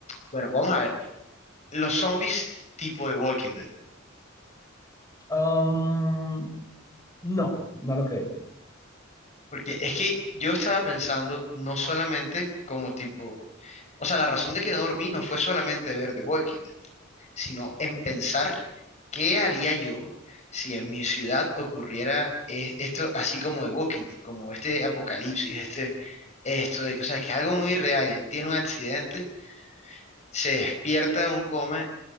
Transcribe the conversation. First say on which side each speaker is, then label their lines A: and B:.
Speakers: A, on the left; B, on the left.
A: Bueno, vamos a ver, los zombies tipo de Walking Dead,
B: Um, no, no lo creería.
A: porque es que yo estaba pensando no solamente como tipo, o sea, la razón de que no dormí no fue solamente ver The Walking Dead. sino en pensar qué haría yo si en mi ciudad ocurriera eh, esto, así como de Walking Dead, como este apocalipsis, este, esto de que, o sea, es que es algo muy real. y Él tiene un accidente, se despierta de un coma